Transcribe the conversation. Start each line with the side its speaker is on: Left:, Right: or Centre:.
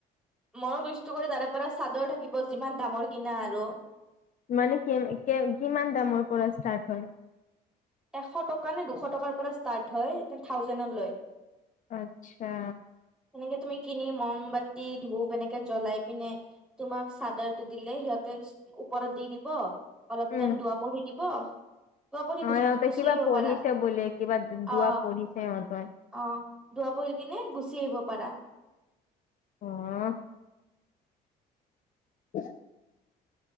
Centre: মইয়ো কষ্ট কৰি তাৰে পৰা চাদৰ থাকিব যিমান দামৰ কিনা আৰু।
Left: মানে কেম কেম, কিমান দামৰ পৰা ষ্টাৰ্ট হয়?
Centre: এশ টকা নে দুশ টকাৰ পৰা ষ্টাৰ্ট হয়, তে থাউজেণ্ড লৈ।
Left: আচ্ছা।
Centre: সনেকে তুমি কিনি, মমবাতি ধূপ এনেকে জ্বলাই পিনে, তোমাক চাদৰটো দিলে সিহঁতে ওপৰত দি দিব, অলপ
Left: উম
Centre: টাইম দোৱা পঢ়ি দিব, পঢ়ি
Left: অ
Centre: গুচি
Left: সিহঁতে
Centre: গুচি
Left: কিবা
Centre: আহিব
Left: পঢ়িছে
Centre: পাৰা
Left: বোলে, কিবা যোৱা
Centre: অ
Left: পঢ়িছে সিহঁতে।
Centre: অ। দুৱা পৰি কিনে গুচি আহিব পাৰা।
Left: অহ। <unintelligible>